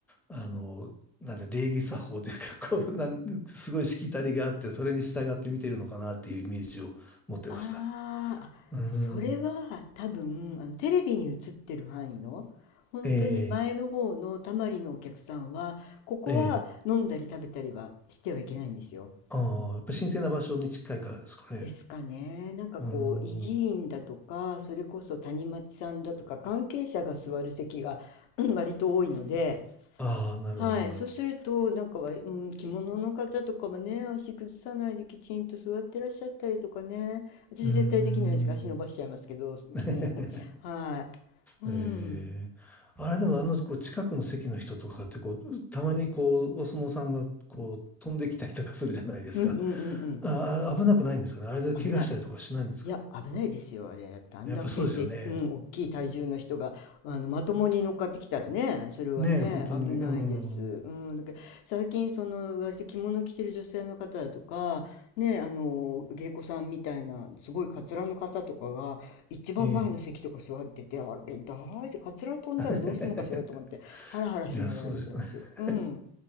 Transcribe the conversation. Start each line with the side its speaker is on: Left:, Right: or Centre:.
Centre: う、あの、なんて礼儀作法というか、こう、<laughs> なん、すごいしきたりがあって、それに従って見てるのかなっていうイメージを持ってました。
Left: あーあ、
Centre: うーん。
Left: それは多分、あの、テレビに映ってる範囲の、本当に前の方のたまりのお客さんは、
Centre: ええ
Left: ここは飲んだり食べたりはしてはいけないんですよ。
Centre: ええああやっぱ神聖な場所に近いからですかね。
Left: ですかね。なんかこう、
Centre: うーん。
Left: 維持員だとか、それこそ谷町さんだとか、関係者が座る席が、うん割と多いので、
Centre: ああ、なるほど、
Left: はい。
Centre: なるほ
Left: そうすると、なんかは、うん、着物の方とかもね、足崩さないできちんと座ってらっしゃったりとかね。私絶対できないですから、
Centre: ど。うーん。
Left: 足伸ばしちゃいますけど、<laughs>
Centre: <laughs>
Left: もう、はい。うん。
Centre: ええあれでもあのこう近くの席の人とかってこう、たまにこう、お相撲さんがこう、飛んできたりとかするじゃないですか。
Left: うんうんうん
Centre: ああ、危なくないんですかね。あれで怪我したりとかしないんですかね。
Left: うん。危ない。いや、危ないですよ、あれ。だってあんだけで、
Centre: やっぱそうですよね。
Left: うん、大きい体重の人が、あの、まともに乗っかってきたらね、それはね、
Centre: ねえ、本当に。
Left: 危ないです。
Centre: うん。
Left: うん、だけど、最近、その、割と着物着てる女性の方だとか、ね、あの、芸妓さんみたいな、すごいカツラの方とかが、一番前の席とか座ってて、
Centre: ええ。
Left: あれ、大丈夫、カツラ飛んだらどうするのかしらと思って、
Centre: <laughs>
Left: ハラハラしながら見てます。
Centre: いや、そうです。
Left: うん。